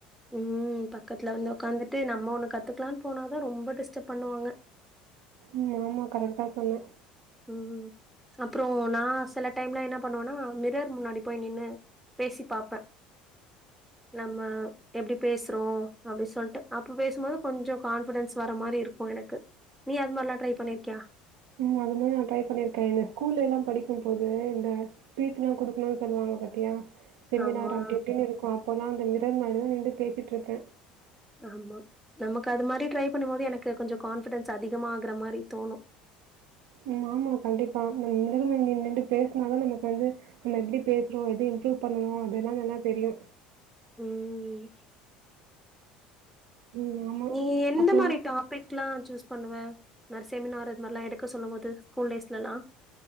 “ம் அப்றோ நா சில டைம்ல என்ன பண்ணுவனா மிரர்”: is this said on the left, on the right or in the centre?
Centre